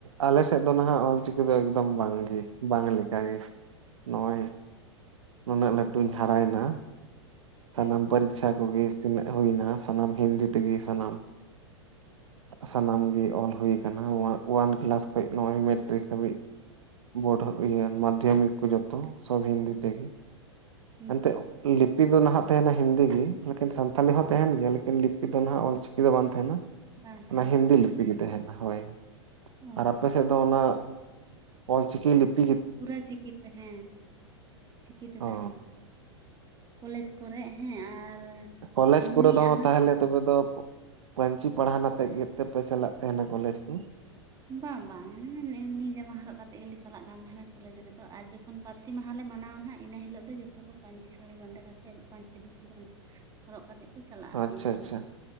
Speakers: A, on the right; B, on the right.
A: ᱟᱞᱮ ᱥᱮᱫ ᱫᱚ ᱱᱟᱦᱟᱜ ᱚᱞᱪᱤᱠᱤ ᱫᱚ ᱮᱠᱫᱚᱢ ᱵᱟᱝᱜᱮ, ᱵᱟᱝ ᱞᱮᱠᱟᱜᱮ᱾ ᱱᱚᱜᱼᱚᱭ ᱱᱩᱱᱟᱹᱜ ᱞᱟᱹᱴᱩᱧ ᱦᱟᱨᱟᱭᱮᱱᱟ ᱥᱟᱱᱟᱢ
B: ᱦᱩᱸ
A: ᱯᱚᱨᱤᱠᱪᱷᱟ ᱠᱚᱜᱮ ᱛᱤᱱᱟᱜ ᱦᱩᱭᱱᱟ ᱥᱟᱱᱟᱢ ᱦᱤᱱᱫᱤ ᱛᱮᱜᱮ ᱥᱟᱱᱟᱢ᱾ ᱥᱟᱱᱟᱢ ᱜᱮ ᱚᱞ ᱦᱩᱭ ᱠᱟᱱᱟ ᱚᱣᱟᱱ ᱠᱮᱞᱟᱥ ᱠᱷᱚᱱ ᱱᱚᱜᱼᱚᱭ ᱢᱮᱴᱨᱤᱠ ᱦᱟᱹᱵᱤᱡ᱾ ᱵᱳᱰ ᱤᱭᱟᱹ ᱢᱟᱫᱽᱫᱷᱚᱢᱤᱠ ᱠᱚ ᱡᱚᱛᱚ ᱥᱚᱵ ᱦᱤᱱᱫᱤ ᱛᱮᱜ,
B: ᱦᱩᱸ
A: ᱮᱱᱛᱮᱜ <unintelligible> ᱞᱤᱯᱤ ᱫᱚ ᱱᱟᱦᱟᱜ ᱛᱮᱦᱮᱱᱟ ᱦᱤᱱᱫᱤ ᱜᱮ ᱞᱮᱠᱤᱱ ᱥᱟᱱᱛᱷᱟᱤ ᱦᱚᱸ ᱛᱮᱦᱮᱱ ᱜᱮᱭᱟ ᱞᱮᱠᱤᱱ ᱞᱤᱯᱤ ᱫᱚ ᱱᱟᱦᱟᱜ ᱚᱞᱪᱤᱠᱤ ᱫᱚ ᱵᱟᱝ ᱛᱮᱦᱮᱱᱟ᱾
B: ᱵᱟᱝ ᱛᱟᱦᱮᱱᱟ
A: ᱚᱱᱟ ᱦᱤᱱᱫᱤ ᱞᱤᱯᱤ ᱜᱮ ᱛᱮᱦᱮᱱᱟ ᱦᱳᱭ
B: ᱚ
A: ᱟᱨ ᱟᱯᱮ ᱥᱮᱫ ᱫᱚ ᱚᱱᱟ ᱚᱞᱪᱤᱠᱤ ᱞᱤᱯ
B: ᱯᱩᱨᱟᱹ ᱪᱤᱠᱤᱛᱮ ᱦᱮᱸ ᱪᱤᱠᱤᱛᱮ
A: ᱚ
B: ᱛᱟᱦᱮᱱᱟ᱾ ᱠᱚᱞᱮᱡᱽ ᱠᱚᱨᱮ ᱦᱮᱸ ᱟᱨ
A: ᱠᱚᱞᱮᱡᱽ
B: ᱮᱢᱱᱤ
A: ᱠᱚᱨᱮ ᱫᱚ
B: ᱟᱞᱟ
A: ᱛᱟᱦᱞᱮ ᱛᱚᱵᱮ ᱫᱚ ᱯᱟᱧᱪᱤ ᱯᱟᱲᱦᱟᱱᱟᱛᱮᱫ ᱜᱮ ᱛᱮᱯᱮ ᱪᱟᱞᱟᱜ ᱛᱟᱦᱮᱱᱟ ᱠᱚᱞᱮᱡᱽ ᱠᱚ?
B: ᱵᱟᱝ ᱵᱟᱝ <unintelligible> ᱮᱢᱱᱤ ᱡᱟᱢᱟ ᱦᱚᱨᱚᱜ ᱠᱟᱛᱮᱮᱫ ᱜᱮᱞᱮ ᱪᱟᱞᱟᱜ ᱠᱟᱱ ᱛᱟᱦᱮᱱᱟ ᱠᱚᱞᱮᱡᱽ ᱨᱮᱫᱚ ᱟᱡ ᱡᱚᱠᱷ ᱡᱚᱠᱷᱚᱱ ᱯᱟᱹᱨᱥᱤ ᱢᱟᱦᱟᱞᱮ ᱢᱟᱱᱟᱣᱟᱜ ᱤᱱᱟᱹ ᱦᱤᱞᱳᱜ ᱫᱚ ᱡᱚᱛᱚ ᱠᱚ ᱯᱟᱧᱪᱤ ᱥᱟᱹᱲᱤ ᱵᱟᱸᱫᱮ ᱠᱟᱛᱮᱫ, ᱯᱟᱧᱪᱤ ᱫᱷᱩᱛᱤ ᱵᱟᱸᱫᱮ ᱦᱚᱨᱚᱜ ᱠᱟᱛᱮ ᱠᱚ ᱪᱟᱞᱟᱜ-ᱟ
A: ᱟᱪᱪᱷᱟ
B: ᱠᱚ ᱤᱱᱟᱹ ᱦᱤᱞᱳᱜ
A: ᱟᱪᱪᱷᱟ
B: ᱫᱚ᱾